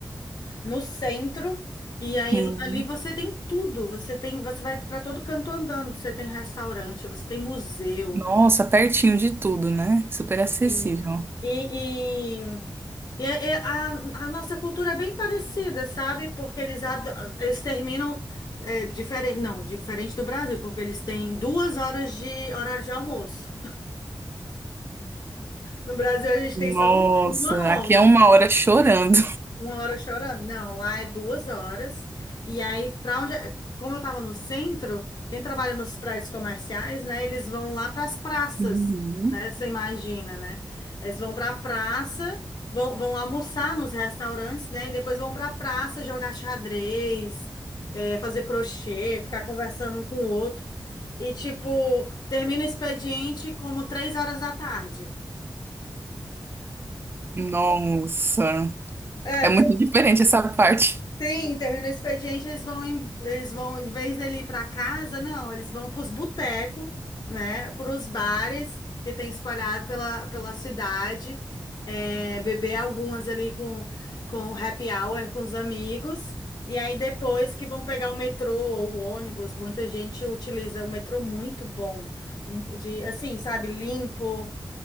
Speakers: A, on the left (about 60°); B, on the right (about 30°).
A: no centro, e aí
B: sim.
A: ali você tem tudo, você tem, você vai para todo canto andando, você tem restaurante, você tem museu.
B: Nossa, pertinho de tudo, né? Super acessível.
A: Sim. E, E é- é- a, a nossa cultura é bem parecida, sabe? Porque eles, ad- eles terminam diferente, não, diferente do Brasil, porque eles têm duas horas de horário de almoço. No Brasil, a gente
B: Nossa,
A: tem só um- uma
B: aqui
A: hora,
B: é uma hora chorando.
A: Uma hora chorando? Não, lá é duas horas. E aí, para onde. é, Como eu estava no centro, quem trabalha nos prédios comerciais, né? Eles vão lá para as praças,
B: Uhum.
A: né? Você imagina, né? Eles vão para a praça, vão, vão almoçar nos restaurantes, né? E depois vão para a praça jogar xadrez, eh, fazer crochê, ficar conversando um com o outro. E, tipo, termina o expediente como três horas da tarde.
B: Nossa,
A: É,
B: é muito diferente essa parte.
A: Sim, termina o expediente, eles vão, em- eles vão, em vez dele ir para casa, não, eles vão para os botecos, né, para os bares que tem espalhado pela, pela cidade, é, beber algumas ali com, com happy hour com os amigos, e aí depois que vão pegar o metrô ou o ônibus, muita gente utiliza o metrô muito bom, um- de, assim, sabe, limpo,